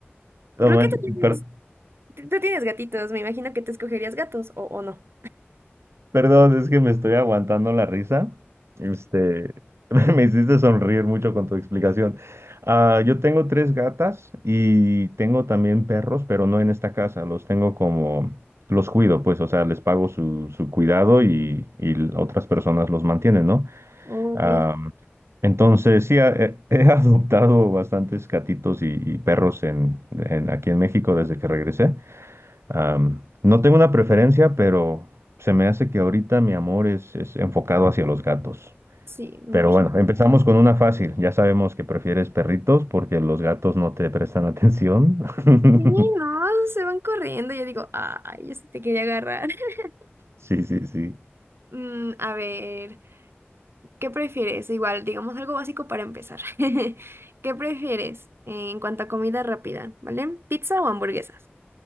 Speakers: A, on the right; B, on the right.
A: No
B: Creo
A: manches,
B: que tú tienes,
A: per-
B: tú tienes gatitos, me imagino que te escogerías gatos o, o no.
A: Perdón, es que me estoy aguantando la risa. Este, <laughs> me hiciste sonreír mucho con tu explicación. Ah, yo tengo tres gatas y tengo también perros, pero no en esta casa. Los tengo como, los cuido, pues, o sea, les pago su, su cuidado y, y otras personas los mantienen, ¿no?
B: Ok,
A: Ah, entonces, sí, a- he, he <laughs> adoptado bastantes gatitos y, y perros en, en- aquí en México desde que regresé. Am, no tengo una preferencia, pero se me hace que ahorita mi amor es, es enfocado hacia los gatos.
B: sí, me
A: Pero
B: imagino.
A: bueno, empezamos con una fácil. Ya sabemos que prefieres perritos porque los gatos no te prestan atención. <laughs>
B: Sí, no, se van corriendo. Yo digo, ay, yo sí te quería agarrar. <laughs>
A: Sí, sí, sí.
B: Mm, a ver, ¿qué prefieres? Igual, digamos algo básico para empezar. <laughs> ¿Qué prefieres eh, en cuanto a comida rápida? ¿Vale? ¿Pizza o hamburguesas?